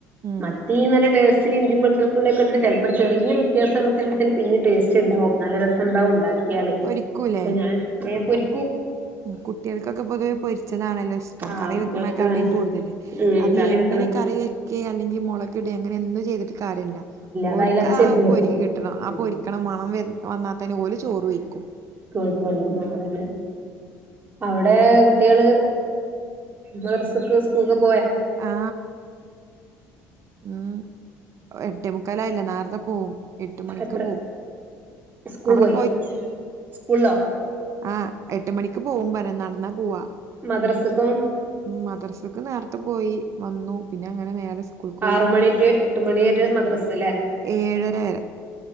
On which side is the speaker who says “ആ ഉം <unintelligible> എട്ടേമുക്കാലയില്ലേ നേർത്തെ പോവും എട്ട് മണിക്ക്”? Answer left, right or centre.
Right